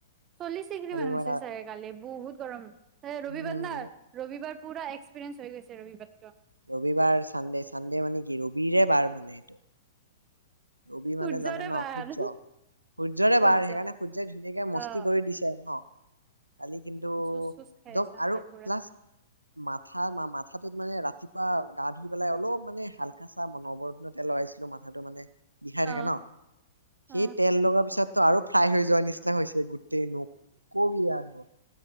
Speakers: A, on the right; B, on the right.
A: চল্লিশ ডিগ্ৰী
B: কালি
A: মান
B: মই
A: হৈছিল
B: ৰা-
A: চাগে কালি বহুত গৰম ৰবিবাৰ
B: উম
A: না ৰবিবাৰ পুৰা একসপিৰিয়েঞ্চ হৈ গৈছে ৰবিবাৰ
B: ৰবিবাৰ চানডে চানডে মানে কি ৰবিৰে বাৰ মানে নেটো ৰবি
A: সূৰ্যৰে
B: মানে জানো ন
A: বাৰ
B: সূৰ্য সূৰ্যৰে
A: সূৰ্য
B: বাৰ সেইকাৰণে সূৰ্যই ধুনীয়াকে মস্তি
A: অ
B: কৰি দিছে আৰু ন কালি কিন্তু
A: জুচ চুচ খাই
B: একদম
A: আছে আমাৰ
B: আৰু
A: পুৰা
B: প্লাছ মাথা মাথাটোত মানে ৰা ৰাতিপুৱা গা ধুই পেলাই অলপ মানে হালকা চা মনবৰত্ন তেল লৰাইছিলো মাথাটো মানে বিষাই
A: অ
B: থাকে ন
A: অ
B: সেই তেল লগাৰ পিছত ত আৰু ফ্ৰাই হৈ যোৱা নিচিনা হৈছে গোট তে ন ক বি আ ৰু